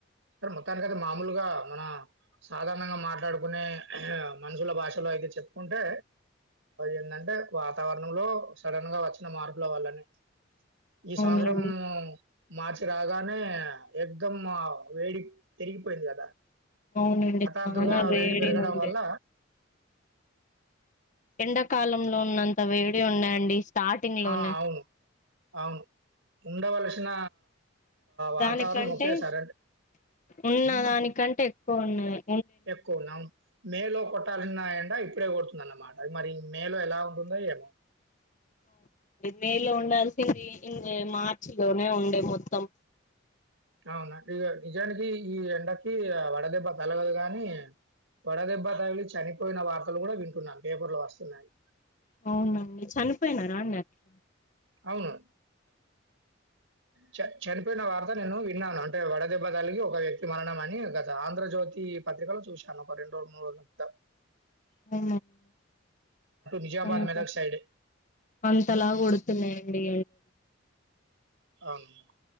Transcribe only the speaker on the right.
స మొత్తానికయితే మామూలుగా మన సాధారణంగా మాట్లాడుకునే మనుషుల భాషలో పైగా చెప్పుకుంటే ఏంటంటే వాతావరణంలో సడన్ గా వచ్చిన మార్పుల వల్లనే ఈ
సంవత్సరం మార్చి రాగానే ఎకుదం వేడి పెరిగిపోయింది కదా
హఠాత్తుగా
వేడి పెరగడం
వల్ల
ఆ అవును అవును ఉండవలసిన వాతావరణం
ఒకేసార్ అం
ఎక్కువ ఉన్నాం మేలో కొట్టాల్సిన ఎం ఇప్పుడే కొతుంది అన్నమాట అది మరి మే లో ఎలా ఉంటుందో ఏమో
అవునా ఇ నిజానికి ఈ ఎండకి వడదెబ్బ తలగదు గాని వడదెబ్బ తగిలి చనిపోయిన వార్తలు కూడా వింటున్నాం పేపర్లు వస్తున్నాయి
అవును చ చనిపోయిన వార్త నేను అంటే వడదెబ్బ దల్కి ఒక వ్యక్తి మనణమ అని ఆంధ్రజ్యోతి పత్రికలో చూశాను రెండు రోజు మూడు రోజ తా <unintelligible>
నిజామాబాద్,
మెదక్ సైడే.
అవును